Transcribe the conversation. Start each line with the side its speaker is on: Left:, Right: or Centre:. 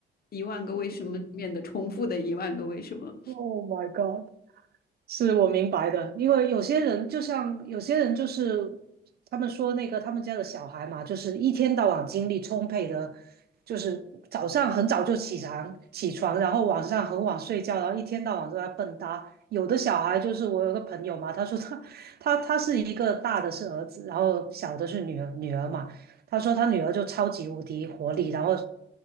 Left: 一万个为什么里面的重复的一万个为什么。
Right: Oh my God！是我明白的，因为有些人就像有些人就是他们说那个他们家的小孩嘛，就是一天到晚精力充沛的，就是早上很早就起床起床，然后晚上很晚睡觉，然后一天到晚都在蹦跶。有的小孩就是我有个朋友嘛，他说他他他是一个大的是儿子，然后小的是女儿女儿嘛，他说他女儿就超级无敌活力，然后